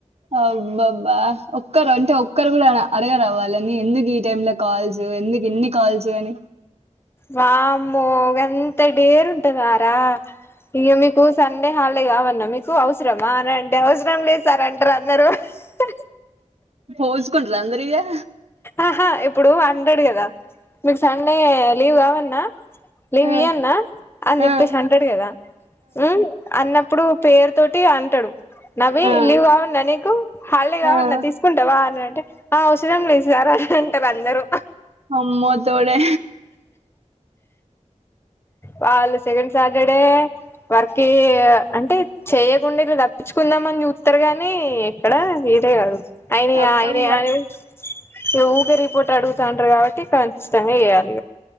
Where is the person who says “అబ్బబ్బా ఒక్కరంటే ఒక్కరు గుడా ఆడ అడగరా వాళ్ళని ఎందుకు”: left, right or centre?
Right